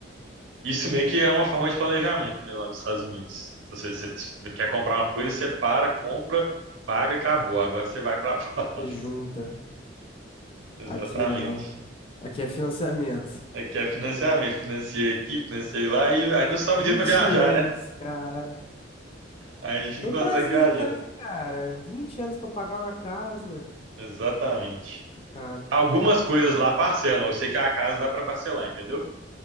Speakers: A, on the right; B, on the left.
A: isso meio que é uma forma de planejamento, né, lá nos Estados Unidos. Se você, você quer comprar uma coisa, você para, compra, paga, acabou. Agora você vai para <laughs>
B: Você junta.
A: Exatamente.
B: Aqui não. Aqui é financiamento.
A: É que é financiamento. Financiei aqui, financiei lá, e aí não sobra
B: 20
A: dinheiro para viajar,
B: anos,
A: né?
B: cara.
A: Aí a gente
B: Todo
A: não consegue
B: brasileiro,
A: viajar.
B: né, cara? Vinte anos pra pagar uma casa.
A: Exatamente.
B: Complicado.
A: Algumas coisas lá parcelam. Eu sei que a casa dá para parcelar, entendeu?